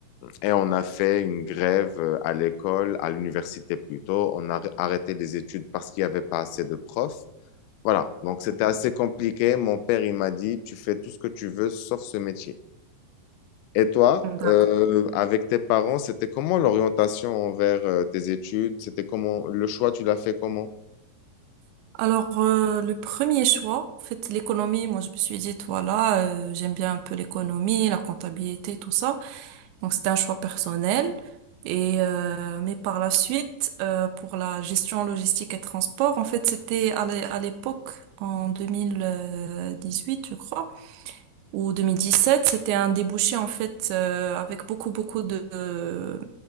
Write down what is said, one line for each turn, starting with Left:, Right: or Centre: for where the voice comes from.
Left: et on a fait une grève euh, à l'école, à l'université plutôt. On a arrêté les études parce qu'il n'y avait pas assez de profs. Voilà, donc c'était assez compliqué. Mon père, il m'a dit, tu fais tout ce que tu veux sauf ce métier. Et toi,
Right: Mhm. D'accord.
Left: euh, avec tes parents, c'était comment l'orientation envers euh, tes études? C'était comment le choix, tu l'as fait comment?
Right: Alors, euh, le premier choix, en fait, l'économie, moi, je me suis dit, voilà, euh, j'aime bien un peu l'économie, la comptabilité, tout ça. Donc, c'était un choix personnel. Et, euh, mais par la suite, euh, pour la gestion logistique et transport, en fait, c'était à l'é- à l'époque, en 2018, je crois, ou 2017, c'était un débouché, en fait, euh, avec beaucoup, beaucoup de, de